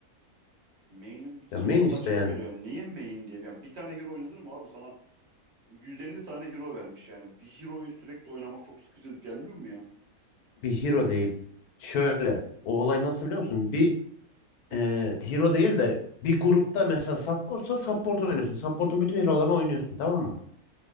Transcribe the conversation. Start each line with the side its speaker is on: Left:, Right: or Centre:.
Right: Main'im çok
Left: Ya main
Right: saçma
Left: işte yani.
Right: geliyor. Niye main diye? Yani bir tane hero oynanır mı abi? Sana 150 tane hero vermiş yani. Bir hero'yu sürekli oynamak çok sıkıcı gelmiyor mu ya?
Left: Bir hero değil. Şöyle o olay nasıl biliyor musun? Bir
Right: Heh.
Left: e, hero değil de bir grupta mesela supportsa support oynuyorsun. Support'un bütün hero'larını oynuyorsun tamam mı?